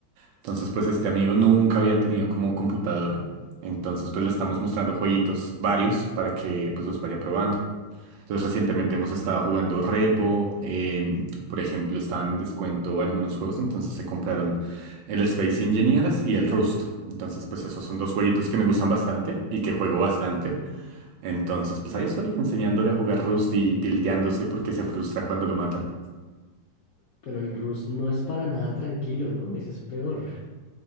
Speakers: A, on the right; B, on the left.
A: Entonces pues este amigo nunca había tenido como computadora. Entonces pues le estamos mostrando jueguitos varios para que pues los vaya probando. Entonces, recientemente hemos estado jugando Repo, em, por ejemplo, estaban en descuento algunos juegos, entonces se compraron el Space Engineers y el Rust. Entonces, pues esos son dos jueguitos que me gustan bastante y que juego bastante. Entonces, pues ahí estoy enseñándole a jugar Rust y tilteándose porque se frustra cuando lo matan.
B: Pero el Rust no es para nada <laughs> tranquilo, ¿no? Ese es peor.